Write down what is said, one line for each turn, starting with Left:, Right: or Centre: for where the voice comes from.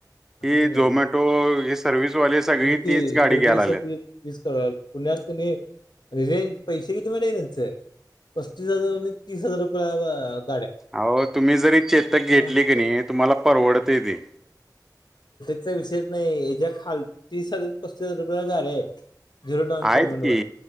Left: आणि
Centre: ही झोमॅटो हे सर्व्हिसवाले सगळी
Left: तेच की
Centre: तीच गाडी
Left: सगळी
Centre: घ्यायला
Left: सगळी
Centre: आल्यात
Left: इसकळत पुण्यात कनी अरे हे पैसे किती माहिती काय त्यांचे, पस्तीस हजार आणि तीस हजार रुपये लावा.
Centre: आहो तुम्ही जरी चेतक घेतली
Left: हा
Centre: की नाय तुम्हाला परवडतंय ते.
Left: चा विषयच नाही ह्याच्या खालती तीस, पस्तीस हजार रुपयाला गाड्या आहेत. झिरो डाऊन
Centre: आहेत
Left: पेमेंट वर
Centre: की